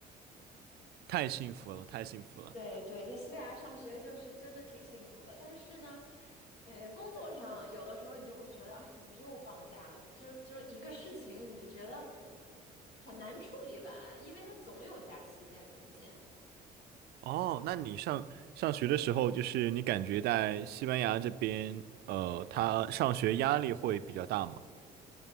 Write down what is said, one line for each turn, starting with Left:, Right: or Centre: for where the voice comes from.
Right: 太幸福了，太幸福了。
Left: 对对，在西班牙上学就是真的挺幸福的，但是呢，呃，工作上有的时候你就会觉得啊，怎么又放假了？就就一个事情，你就觉得很难处理完，因为它总有假期在中间。
Right: 哦，那你上上学的时候，就是你感觉在西班牙这边，呃，他上学压力会比较大吗？